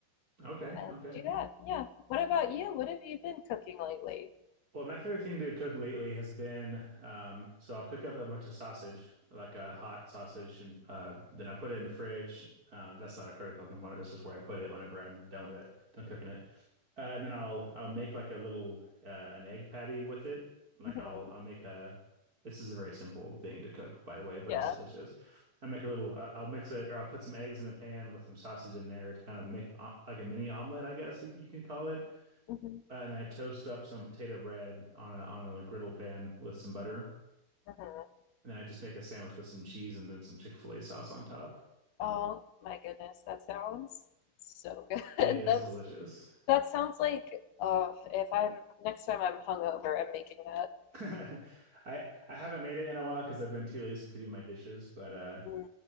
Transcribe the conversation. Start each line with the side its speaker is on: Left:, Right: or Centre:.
Right: Okay.
Left: and
Right: Okay.
Left: do that. Yeah. What about you? What have you been cooking lately?
Right: Well, my favorite thing to cook lately has been um, so I'll cook up a bunch of sausage, like a hot sausage, and uh, then I put it in the fridge. Um, that's not a critical component. That's just where I put it whenever I'm done with it, done cooking it. Uh, and then I'll I'll make like a little uh, an egg patty with it. Like
Left: hmm
Right: I'll I'll make a. This is a very simple thing to cook, by the way, but
Left: Yeah.
Right: it's delicious. I make a little. Uh, I'll mix it, or I'll put some eggs in a pan with some sausage in there to kind of make uh, like a mini omelet, I guess you, you can call it.
Left: hmm
Right: Uh, and then I toast up some potato bread on a on a griddle pan with some butter, and
Left: hmm
Right: then I just make a sandwich with some cheese and then some Chick-fil-A sauce on top.
Left: Oh my goodness, that sounds so
Right: It
Left: good.
Right: is
Left: <laughs> That's
Right: delicious.
Left: that sounds like oh, if I'm next time I'm hungover, I'm making that.
Right: <laughs> I I haven't made it in a while because I've been too lazy to do my dishes, but uh,
Left: Mm.